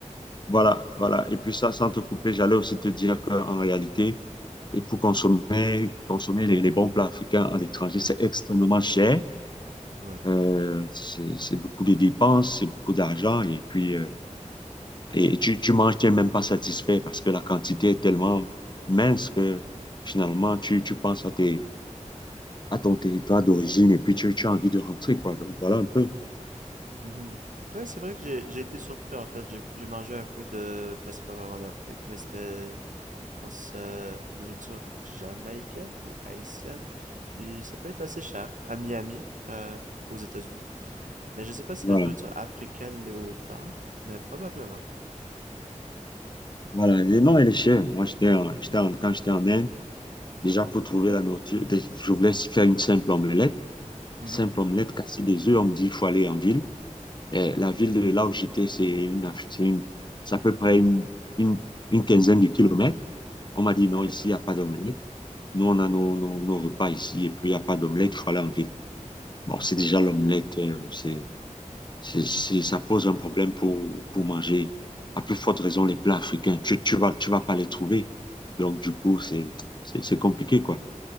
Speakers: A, on the left; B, on the right.
A: Voilà, voilà. Et puis ça, sans te couper, j'allais aussi te dire qu'en réalité, et pour consommer, consommer les, les bons plats africains à l'étranger, c'est extrêmement cher.
B: Ouais.
A: Euh, c'est c'est beaucoup de dépenses, c'est beaucoup d'argent. Et puis, euh, et tu, tu manges, tu n'es même pas satisfait parce que la quantité est tellement mince que finalement, tu, tu penses à tes, à ton territoire d'origine et puis tu, tu as envie de rentrer, quoi. Donc voilà un peu.
B: Mhm. Oui, c'est vrai que j'ai j'ai été surpris en fait. J'ai j'ai mangé un peu de, mais c'est pas vraiment d'Afrique, mais c'était je pense, euh, nourriture jamaïcaine ou haïtienne. Puis ça peut être assez cher à Miami, euh, aux États-Unis. Mais je sais pas si
A: Voilà.
B: la nourriture africaine l'est autant, mais probablement.
A: Voilà. Et non,
B: Ouais.
A: elle est chère. Moi, j'étais en- j'étais en- quand j'étais en Inde, Déjà, pour trouver la nourriture, dé- je voulais faire une simple omelette.
B: Mhm.
A: Simple omelette, casser des œufs. On me dit qu'il faut aller en ville. Et la ville de là où j'étais, c'est une, ach- c'est une- c'est à peu près une, une, une quinzaine de kilomètres. On m'a dit non,
B: Ouais.
A: ici, il n'y a pas d'omelette. Nous, on a nos, nos, nos repas ici et puis il n'y a pas d'omelette, il faut aller en ville. Bon, c'est déjà
B: Hmm.
A: l'omelette, euh, c'est, c'est, c'est- ça pose un problème pour, pour manger. À plus forte raison, les plats africains, tu, tu vas, tu vas pas les trouver. Donc, du coup, c'est, c'est, c'est compliqué, quoi.